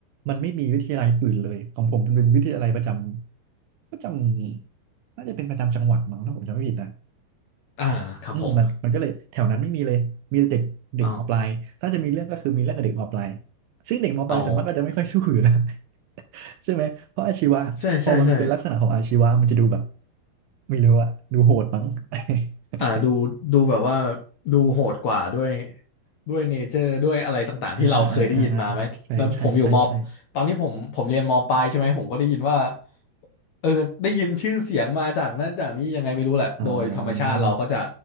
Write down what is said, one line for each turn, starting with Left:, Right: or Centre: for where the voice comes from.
Right: มันไม่มีวิทยาลัยอื่นเลยของผมเป็นวิทยาลัยประจำประจำน่าจะเป็นประจำจังหวัดมั้งถ้าผมจำไม่ผิดนะ
Left: อ่าครับผม
Right: อืมมันมันก็เลยแถวนั้นไม่มีเลยมีแต่เด็กเด็กมปลายถ้าจะมีเรื่องก็คือมีเรื่องกับเด็กมปลาย
Left: เอา
Right: ซึ่งเด็กมปลายส่วนมากก็จะไม่ค่อยสู้อยู่แล้ว
Left: อ๋อ
Right: <laughs> ใช่ไหมเพราะอาชีวะพอมันเป็นลักษณะของอาชีวะมันจะดูแบบ
Left: ใช่ใช่ใช่
Right: ไม่รู้อะดูโหดมั้ง <laughs>
Left: อ่าดูดูแบบว่าดูโหดกว่าด้วยด้วยเนเจอร์ด้วยอะไรต่างๆที่เราเคยได้ยินมาไหมแล้วผมอยู่มอ
Right: อ่าอ่าอ่าอ่าใช่ใช่ใช่ใช่
Left: ตอนนี้ผมผมเรียนมปลายใช่ไหมผมก็ได้ยินว่าเออได้ยินชื่อเสียงมาจากนั่นจากนี้ยังไงไม่รู้แหละโดยธรรมชาติเราก็จะ
Right: อ่า